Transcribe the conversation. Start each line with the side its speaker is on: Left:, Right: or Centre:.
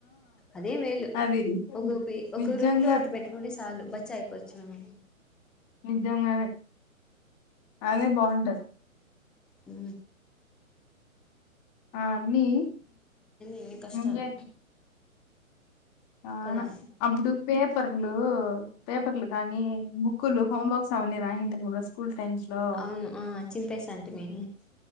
Centre: అదే మేలు
Left: అది
Centre: ఒక పి
Left: నిజంగా
Centre: ఒక రూమ్ లో ఒకట్టి పెట్టుకుంటడి చాలు బచ్చ అయిపోవచ్చు మనం
Left: నిజంగానే అదే బాగుంటది
Centre: హు
Left: ఆ అన్నీ
Centre: ఇన్ని కష్టాలు
Left: ముందే ఆనా
Centre: కదా
Left: అప్పుడు పేపర్లు పేపర్లు కానీ బుక్కులు హోంవర్క్ సామాన్య రాయని ఇంతకు ముందు స్కూల్ టైమ్స్ లో
Centre: అవును ఆ చింపేసాంటిమి